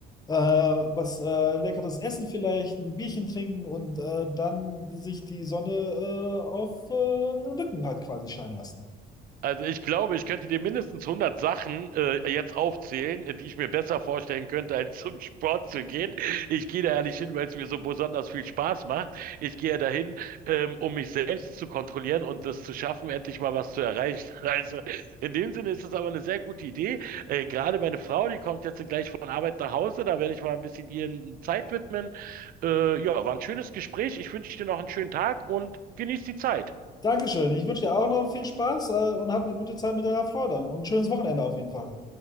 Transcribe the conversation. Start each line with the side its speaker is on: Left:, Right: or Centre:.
Left: äh, was äh, leckeres essen vielleicht, ein Bierchen trinken und äh, dann sich die Sonne äh, auf äh, den Rücken halt quasi scheinen lassen.
Right: Also ich glaube, ich könnte dir mindestens 100 Sachen äh, jetzt aufzählen, äh, die ich mir besser vorstellen könnte, als zum Sport zu gehen. Ich gehe da ja nicht hin, weil es mir so besonders viel Spaß macht. Ich gehe ja dahin, ähm, um mich selbst zu kontrollieren und das zu schaffen, endlich mal was zu erreichen. <laughs> Also in dem Sinne ist das aber eine sehr gute Idee. Äh, gerade meine Frau, die kommt jetzt gleich von Arbeit nach Hause, da werde ich mal ein bisschen ihren Zeit widmen. Äh, ja, war ein schönes Gespräch. Ich wünsche dir noch einen schönen Tag und genieß die Zeit.
Left: Dankeschön. Ich wünsche dir auch noch viel Spaß, äh, und hab eine gute Zeit mit deiner Frau dann und ein schönes Wochenende auf jeden Fall.